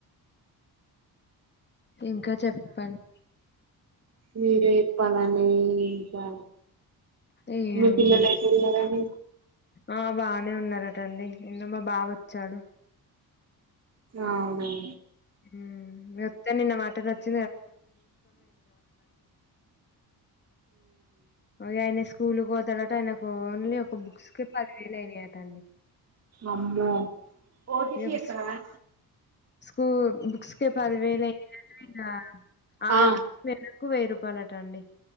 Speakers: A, on the left; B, on the right.
A: ఇంకా చెప్పండి
B: మీరే చెప్పాలండీ ఇంకా
A: ఏముంది
B: మీ పిల్లలెట్టున్నారండి
A: ఆ బానే ఉన్నారటండి నిన్న మా బావోచ్చాడు
B: ఆవునా
A: <unintelligible> నిన్న మ <unintelligible> ఆయన స్కూల్ పోతాడట ఆయనకు ఓన్లీ ఒక బుక్స్కి పదివేలు అయినాయట అండి
B: అమ్మో ఓటీపీ
A: ఏ బుక్స్
B: చెప్పనా
A: ఉమ్ బుక్స్కే పదివేలు అయందింట ఇంకా ఆట
B: ఆ
A: క్కు వెయ్యి రూపాయలట అండి